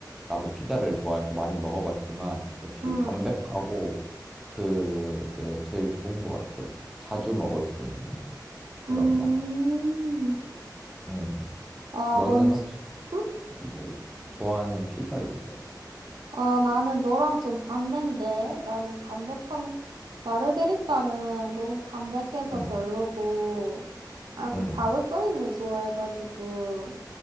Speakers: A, in the centre; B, on the right (about 75°).
A: 나도 피자를 좋아해서 많이 먹어봤지만 역시
B: 응,
A: 담백하고 그게 제일 좋은 것 같아. 자주 먹을 수 있는 그런
B: 음.
A: 맛? 음,
B: 아,
A: 너는
B: 뭔지.
A: 혹시
B: 응?
A: 뭘 좋아하는 피자 있어?
B: 아, 나는 너랑 좀 반대인데. 나는 담백한, 마르게리따는 너무 담백해서
A: 응,
B: 별로고, 나는 좀
A: 응.
B: 자극적인 걸 좋아해가지고,